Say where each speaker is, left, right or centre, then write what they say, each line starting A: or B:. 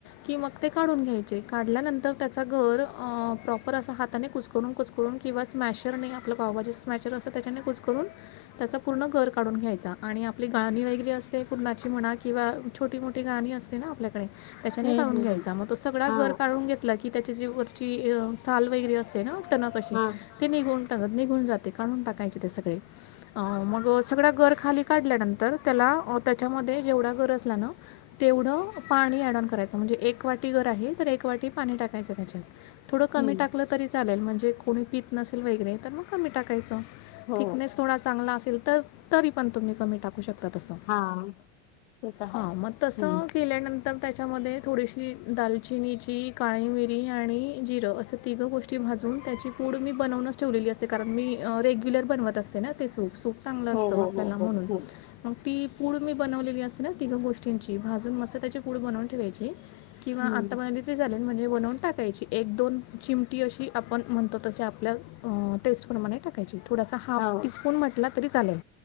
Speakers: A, on the left; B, on the left.
A: कि मग ते काढून घ्यायचे. काढल्यानंतर त्याचा गर अ प्रॉपर असं हाताने कुस्करून कुचकरून किंवा स्मॅशरने आपलं पावभाजी स्मॅशर असतं त्याच्याने कुचकरून त्याचा पूर्ण गर काढून घ्यायचा आणि आपली गाळणी वगैरी असते पूरणाची म्हणा किंवा छोटी-मोठी गाणी असते ना आपल्याकडे त्याच्याने
B: हम्म
A: काढून
B: हम्म
A: घ्यायचा
B: हम्म
A: मग तो सगळा
B: हा
A: गर काढून घेतला की त्याच्या जे वरची य साल वगैरे असते ना टनक अशी.
B: हा
A: ते निघून टक निघून जाते काढून टाकायचे ते सगळे. अ मग सगळ्या गर खाली काढल्यानंतर त्याला अ त्याच्यामध्ये जेवढा गर असला ना तेवढं पाणी एडॉम करायचं म्हणजे एक एक वाटी गर आहे, तर एक वाटी पाणी टाकायचं त्याच्यात. थोडं कमी
B: हम्म
A: टाकलं तरी चालेल म्हणजे कोणी पीत नसेल वगेरे तर मग कमी टाकायच
B: हो
A: थिकनेस थोडा चांगला असेल तर, तरी पण तुम्ही कमी टाकू शकता. त तसं.
B: हा ते तर हाय
A: हा मग तसं
B: हम्म.
A: केल्यानंतर त्याच्यामध्ये थोडीशी ही दालचिनीची, काळी मिरी आणि जिरं असं तिघं गोष्टी भाजून त्याची पुड मी बनवून ठेवलेली असते कारण, मी रेग्युलर बनवत असते ना ते सूप सूप चांगलं
B: हो
A: असतं
B: हो
A: आपल्याला
B: हो
A: म्हणून.
B: हो हो.
A: मग ती पूड मी बनवलेली असते ना तिघं गोष्टींची भाजून मस्त त्याची पूड बनवून ठेवायची. किंवा
B: हम्म
A: आता <unintelligible> म्हणजे बनवून टाकायची, एक दोन चिमटी अशी आपण म्हणतो तशी आपल्या. अं टेस्ट प्रमाणे टाकायची थोडासा हाफ
B: हो
A: टीस्पून म्हंटला तरी चालेल